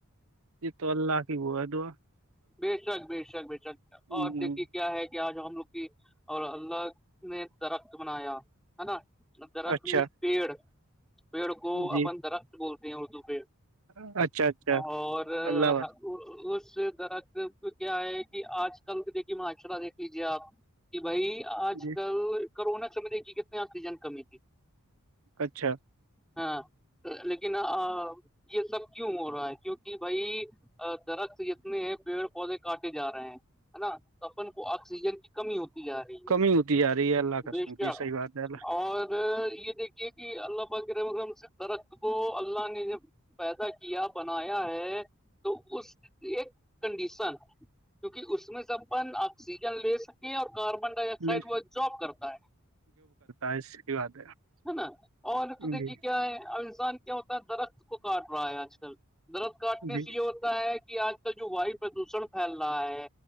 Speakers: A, on the right; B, in the centre.
A: جی تو اللہ کی ہو ہے دوا
B: بے شک بے شک بے شک
A: ہ
B: اور دیکے کیا ہے ج ہم لوگ کی اور اللہ نے درخت بنایا ہے نا درخت
A: اچھا
B: میں پیڑ پیڑ کو
A: جی
B: اپن درخت <unintelligible> بولتے ہیں اردو پہ
A: اچھا اچھا
B: اور <unintelligible>
A: اللہ حافظ
B: اس درخت کو کیا ہے کہ آج کل دیکے معاشاءلہ دیکھ لیجے آپ <unintelligible> کہ بھائی آج
A: جی
B: کل کرونا ک دیکھیے کتنے آکسیجن کمی تھی
A: اچھا
B: ہاں لیکن یہ سب کیوں ہو رہا ہے کیوںک بھائی درخت جتنے ہیں پیڑ پودے کاٹے جا رہے ہیں نا سپن کو آکسیجن کی <unintelligible> کمی ہوتی جا رہی ہےدش
A: کمی ہوتی جا رہی ہے اللہ قسم کی
B: کیا
A: صحیح بات ہے
B: اور یہ دیکھ یہ کہ اللہ پ کے ر مرم سے درخت کو اللہ نے جب پیدا کیا بنایا ہے تو اس ایک <unintelligible> کنڈیشن کیونکہ اس میں سےب اپن آکسیجن لے سکیں اور کاربن <unintelligible>
A: اللہ
B: سائڈ وہ جاب کرتا ہے <unintelligible>
A: بس کی بات ہے <unintelligible>
B: ہے نا اور تو دیکھیے
A: جی
B: کیا ہے الزان <unintelligible> ہوتا ہے درخت کو کاٹ رہا ہے آج کل درخت کاٹنے
A: جی
B: سے یہ ہوتا ہے کہ آج کل جو وائف <unintelligible> پردوشن پھیل رہا ہے